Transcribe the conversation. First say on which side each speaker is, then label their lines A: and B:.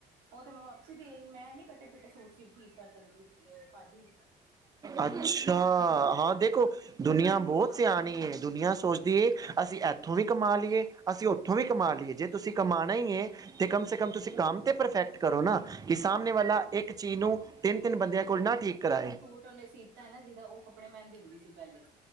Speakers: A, on the right; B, on the right.
A: ਓ ਤੇ ਮੈਂ ਵਾਪਸੀ ਦੇ ਆਈ, ਮੈਂ ਨੀ ਕੱਟੇ-ਪਿੱਟੇ ਸੂਟ ਸੀਟ ਠੀਕ ਕਰ ਸਕਦੀ ਭਾਜੀ।
B: ਅੱਛਾ, ਹਾਂ ਦੇਖੋ। ਦੁਨੀਆਂ ਬੋਹਤ ਸਿਆਣੀ ਏ, ਦੁਨੀਆਂ ਸੋਚਦੀ ਏ ਅਸੀਂ ਐਥੋਂ ਵੀ ਕਮਾ ਲੀਏ ਅਸੀਂ ਓਥੋਂ ਵੀ ਕਮਾ ਲੀਏ, ਜੇ ਤੁਸੀਂ ਕਮਾਣਾ ਈ ਏ ਤੇ ਕਮ ਸੇ ਕਮ ਤੁਸੀਂ ਕਾੰਮ 'ਤੇ ਪਰਫੈਕਟ ਕਰੋ ਨਾ। ਕਿ ਸਾਹਮਣੇ
A: ਹਾਂ
B: ਵਾਲਾ ਇੱਕ ਚੀ ਨੂੰ ਤਿੰਨ, ਤਿੰਨ ਬੰਦਿਆਂ ਕੋਲ ਨਾ ਠੀਕ ਕਰਾਏ
A: ਓਹਨੇ ਸੀਤਾ ਨਾ ਜਿਹਦਾ ਓਹ ਕੱਪੜੇ ਮੈਂ ਦਿੰਦੀ ਸੀ ਪਹਿਲੇ,